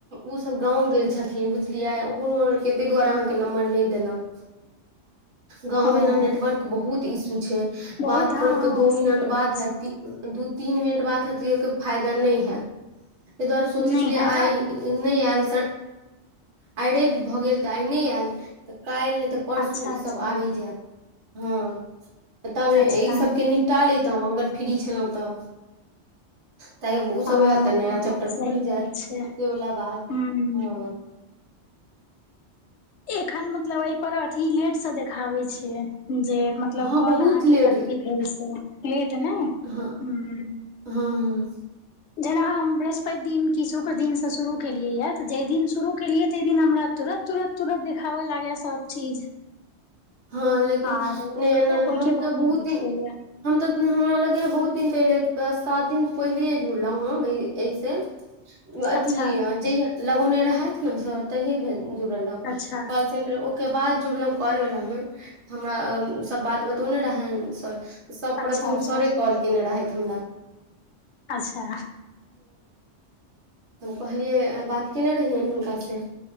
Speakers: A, on the right (about 70°); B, on the left (about 70°).
A: ओ सब गाँंव गेल छथिन लिन बुझलियै ओ आके ताहि दुआरे अहाँके नम्बर नहि देलहुँ। गाँंव मे
B: ओ
A: एना नेटवर्क बहुत इशू छैय।
B: बहुत
A: बात
B: हँ
A: करब तऽ
B: हँ
A: दो मिनट
B: सही
A: बात हैत
B: छै
A: दू तीन मिनट बात हैत ओके फायदा नहि है ताहि दुआरे सोचे
B: नहि
A: छलियै
B: हैत
A: आइ नहि आयल स आइ रवि भऽ गेल तऽ आइने आयल तऽ काल्हि नहि तऽ परसू
B: अच्छा
A: ईसभ
B: अच्छा
A: आबि जायत हँ तब ई
B: अच्छा
A: सबके निपटा ले तऽ अगर फ्री छलहुँ तऽ त ओ
B: हँ
A: सब तऽ नया चैप्टर
B: सही
A: खुलि
B: बात
A: जायत
B: छै
A: से वला बात
B: हूँ
A: हॅं
B: एखन मतलब एहि पर अथी लेट से देखाबै छै जे मतलब
A: हँ
B: काॅल
A: बहुत
B: अहाँके
A: लेट
B: कथी भेल से लेट नहि
A: हँ
B: हुॅ
A: हँ
B: जेना हम बृहस्पति दिन कि शुक्र दिनसँ शुरू केलियैए तऽ जाहि दिन शुरू केलियै तइ दिन हमरा तुरत तुरत तुरत देखाब लागै सब चीज
A: हँ लेकिन
B: आर ओहिके
A: नहि ए नहि हम तऽ
B: बाद नहि
A: बहुत
B: देखैय
A: दिन हम तऽ हमरा लग बहुत दिन पहिले सात दिन पहिले जुड़लहुँ हम एहिस अथी
B: अच्छा
A: जहिया लगौने रहथि ने सर तहिये भेल जुड़ल रह
B: अच्छा
A: कॉल सेंटर ओके बाद जुड़लो कॉल वाला मे। हमरा सब बात बतौने रहैन सर तऽ सब
B: अच्छा
A: प्रथम
B: अच्छा
A: सरे कॉल केने रहथि। हमरा
B: अच्छा
A: तऽ हम कहलियै बात कयने रहियैनि हुनकासँ।